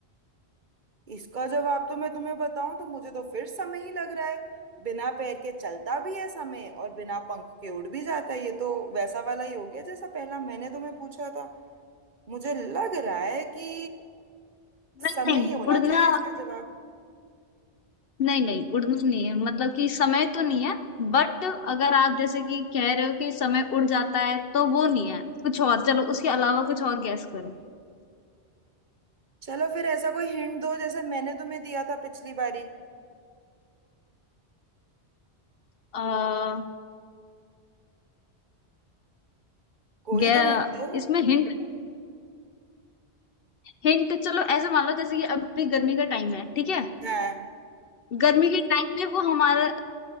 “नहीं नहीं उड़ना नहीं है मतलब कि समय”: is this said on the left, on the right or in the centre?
Left